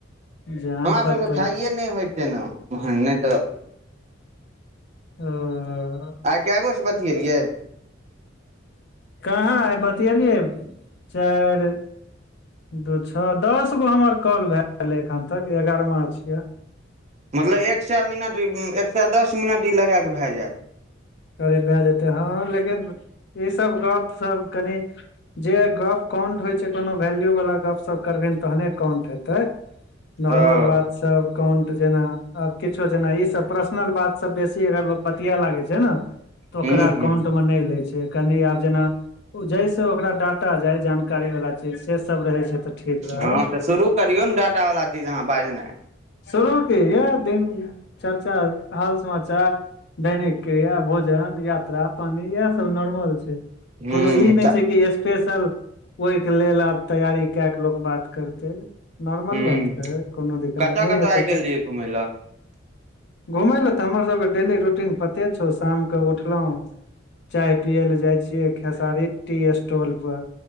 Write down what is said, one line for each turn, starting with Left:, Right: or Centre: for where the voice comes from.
Left: जान
Right: हमरा
Left: पर
Right: सबके
Left: पै
Right: खाइे नहि होइ छै ने ओहन नहि तऽ
Left: आ <inaudible>
Right: आइ कए गो सँ बतियेलियै
Left: कहाँ आइ बतएलियै चार दू छओ दस गो हमर कॉल भए गेलै एखन तक ए ग्यारहमा छियै
Right: मतलब एक सए मिनट ई एक सए दस मिनट ई लगा क भए जात
Left: करे भए जेतै हँ लेकिन ईसभ गप सभ कनि जे गप काउंट होइ छै कोनो वैल्यू वालला गप सप करबही तहने काउंट हेतै नॉर्मल
Right: ओ
Left: बात सब काउंट जेना आ किछो जेना ई सब प्रश्न ओरिजिनल बात सब लागे छै ने तऽ ओकरा
Right: हूँ हूँ
Left: ने लै छै कनि आब जेना जैस ओकरा डाटा जाय जानकारी वाल से सब रहै छै तऽ ठीक रहल
Right: हँ तऽ शुरू करियौ ने डाटावला चीज अहाँ बाजनाइ
Left: शुरू के यह दिन चर्चा हाल समाचार दैनिक। क्रिया भोजन यात्रा पानी इह सब नॉर्मल छै
Right: हूँ
Left: कोनो ई नहि
Right: तऽ
Left: छै कि स्पेस चल ओहिके लेल आब तैयारी काय कऽ लोक बात करते नॉर्मल
Right: हूँ
Left: बातके कोनो दिक्क
Right: कतऽ
Left: नहि
Right: कतऽ
Left: हेतै
Right: आइ गेल
Left: नहि
Right: रहियै घुमय लए
Left: घुमय लए तऽ हमर सभके डेली रूटीन पते छौ शामके उठलहु। चाय पिये ले जाइ छियै खेसारी टी स्टॉलपर